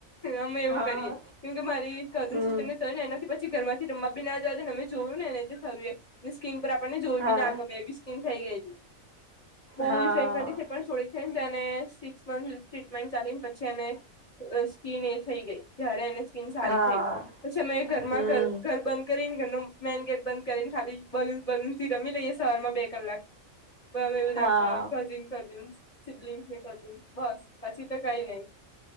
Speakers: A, on the left; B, on the right.
A: અમે એવું
B: હા
A: કરીએ કેમ કે મારી કઝન
B: હમ
A: સિસ્ટર ને તો ને એનાથી પછી ઘરમાંથી રમવા બી ના જાવ ને અમે જોયું ને જે થયું એ સ્કીન પર આપણને જોયું
B: હા
A: બી ના ગમે એવી સ્કીન થઈ ગઈ હતી બહુ
B: હા
A: ઇફેક્ટ નથી પણ થોડી એને સિક્સ મંથ ટ્રીટમેન્ટ ચાલી ને પછી એ સ્કીન એ થઈ ગઈ જય્યારે એને સ્કીન સારી
B: હા
A: થઈ પછી અમે ઘરમાં
B: હમ
A: ઘર ઘર બંધ કરીને ઘરનું મેન ગેટ બંધ કરીને ખાલી બલુન બલૂન થી રમી લઈએ સવારમાં બે કલાક બ મેં બધા
B: હા
A: કઝિન કઝિન્સ સિબલિંગ્સ કઝિન્સ બસ પછી તો કઈ નહી